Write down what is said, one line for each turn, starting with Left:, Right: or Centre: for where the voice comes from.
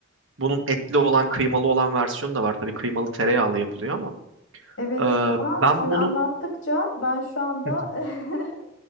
Right: Bunun etli olan, kıymalı olan versiyonu da var. Tabii kıymalı tereyağlı yapılıyor ama.
Left: evet
Right: E,
Left: ama
Right: ben
Left: sen anlattıkça
Right: bunu
Left: ben şu anda
Right: <laughs>
Left: <laughs>